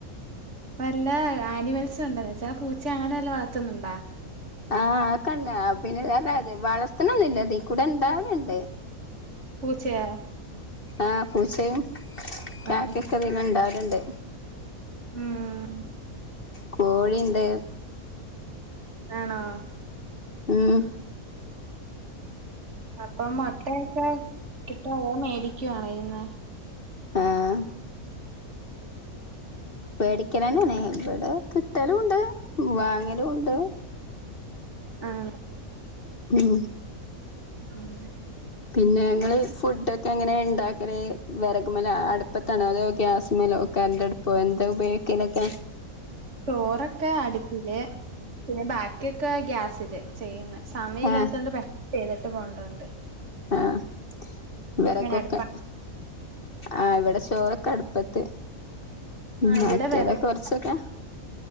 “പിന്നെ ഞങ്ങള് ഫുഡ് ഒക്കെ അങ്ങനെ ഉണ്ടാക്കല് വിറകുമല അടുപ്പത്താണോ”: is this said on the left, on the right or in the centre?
Left